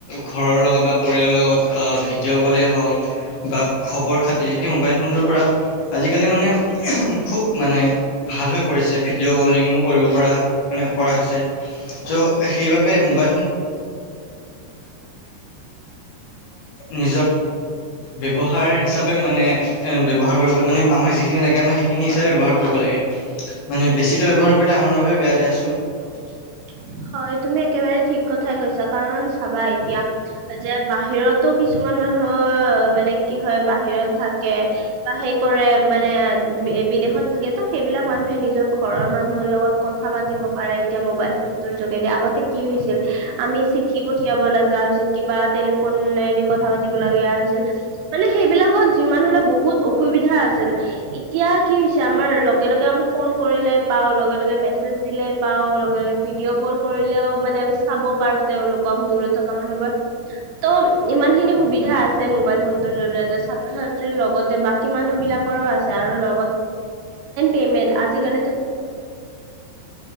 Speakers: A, on the left; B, on the right.
A: ঘৰৰ লগত বা পৰিয়ালৰ লগত ভিডিঅ' কলেই হওক বা খবৰ খাতি সেই মোবাইল ফোনটো পৰা আজিকালি মানে খুব মানে ভাল হৈ পৰিছে ভিডিঅ' কলিঙো কৰিব পৰা মানে কৰা হৈছে চ' সেইবাবে মব ম ব্য্ৱহাৰ হিচাপে মানে এ ব্য্ৱহাৰ কৰিব মানে আমাক যিখিনি লাগে আমাৰ সেইখিনি হিচাপে ব্যৱহাৰ কৰিব লাগে মানে বেছিকে ব্যৱহাৰ কৰিলে আমাৰ বাবে বেয়ািয়া আছোন না
B: <unintelligible> হয় তুমি একেবাৰে ঠিক কথাই কৈছা কাৰণ চাবা এতিয়া যে বাহিৰতো কিছু কিছুমান মানুহ মানে কি হয় বাহিৰত থাকে বা সেই কৰে মানে বিদেশত থাকে তো সেইবিলাক মানুহে নিজৰ ঘৰৰ মানুহৰ লগত কথা পাব পাৰে এতিয়া মোবাইল ফোন যোগেদি আগতে কি হৈছিল আমি চিঠি পঠিয়াব লগা হৈছিল কিবা টেলিফোনেদি ক কথা পাতিব লগীয়া হৈছিল মানে সেইবিলাকত যিমান হলে বহুত অসুবিধা আছিল এতিয়া কি হৈছে আমাৰ লগে লগে আমি ফোন কৰিলে পাও লগে লগে মেছেজ দিলে পাওঁ লগে লগে ভিডিঅ' কল কৰিলেও মানে আমি চাব পাৰো তেওঁলোকক দূ থকা মানুহবোৰ ত ই ইমানখিনি সুবিধা আছে মোবাইল ফোনটোৰ জৰিয়তে ছাত্ৰ ছাত্ৰীৰ লগতে বাকী মানুহবিলাকৰো আছে আৰু <unintelligible> সকলো মানে